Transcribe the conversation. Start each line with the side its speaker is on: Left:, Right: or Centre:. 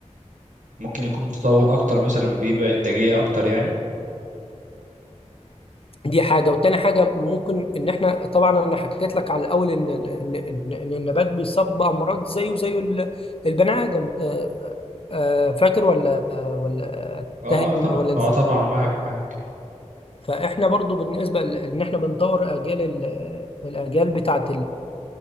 Right: ممكن يكون متطور اكتر مثلا بيبقى انتاجيه اكتر يعني
Left: دي حاجة والتاني حاجة ممكن إن إحنا طبعا أنا حكيت لك على الأول إن إن إن إن النبات بيصاب بأمراض زيه زي ال- البني آدم آه، آه، فاكر ولا ولا انتهت
Right: اه طبعا
Left: ولا نسيت؟
Right: اه طبعا معك معك
Left: فإحنا برضو بالنسبة ل- إن إحنا بنطور أجيال ال- الأجيال بتاعت